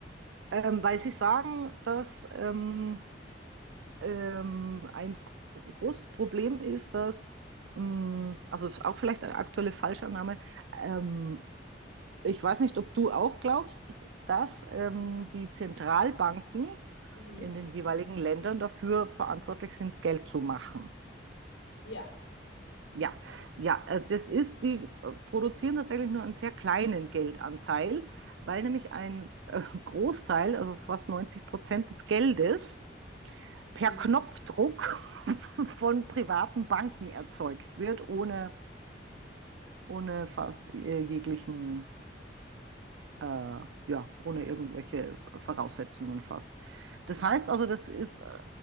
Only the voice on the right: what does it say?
Ähm, weil sie sagen, dass ähm, Ähm, ein großes Problem ist, dass, mh, also auch vielleicht eine aktuelle Falschannahme, ähm, ich weiß nicht, ob du auch glaubst, dass ähm, die Zentralbanken
in den jeweiligen Ländern dafür verantwortlich sind, Geld zu machen.
Ja, ja, äh, das ist, die äh, produzieren tatsächlich nur einen sehr kleinen Geldanteil, weil nämlich ein äh, Großteil, also fast 90 Prozent des Geldes, per
Knopfdruck von privaten Banken erzeugt wird, ohne, ohne fast äh, jeglichen, äh, ja, ohne irgendwelche Voraussetzungen fast. Das heißt also, das ist, äh,